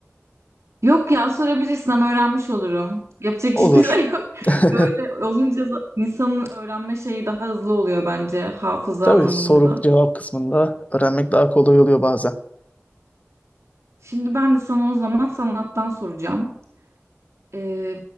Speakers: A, on the right; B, on the left.
A: Yok ya sorabilirsin ama öğrenmiş olurum. Yapacak
B: Olur.
A: hiçbir şey yok.
B: <laughs>
A: <laughs> Böyle olunca da insanın öğrenme şeyi daha hızlı oluyor bence hafıza
B: Tabii
A: anlamında.
B: soru cevap kısmında öğrenmek daha kolay oluyor bazen.
A: Şimdi ben de sana o zaman sanattan soracağım. Ee,